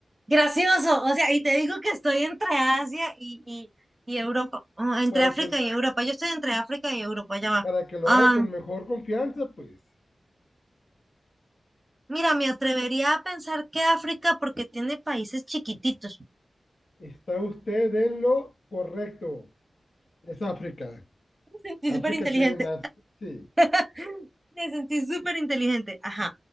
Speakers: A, on the right (about 25°); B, on the left (about 70°).
A: Gracioso, o sea, y te digo que estoy entre Asia y, y, y Europa, Ah, entre
B: Para
A: África
B: que,
A: y Europa. Yo estoy entre África y Europa, ya va.
B: para que lo
A: Ah,
B: haga con mejor confianza, pues
A: mira, me atrevería a pensar que África porque tiene países chiquititos.
B: está usted en lo correcto. Es África.
A: Me sentí
B: África
A: súper inteligente.
B: tiene más. Sí,
A: <gasps> Me sentí súper inteligente. Ajá.